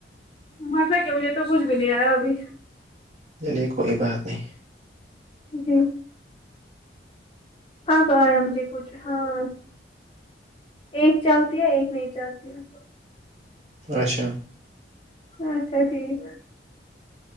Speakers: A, on the left; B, on the right.
A: بسک کہ مجھے تو کچھ بھی نہیں آیا ابھی
B: نہی نہی کوئی بات نہیں
A: جی اب آیا مجھے کچھ ہاں ایک چلتی ہے ایک نہیں چلتی ہے
B: اچھا
A: اچھا ٹھیک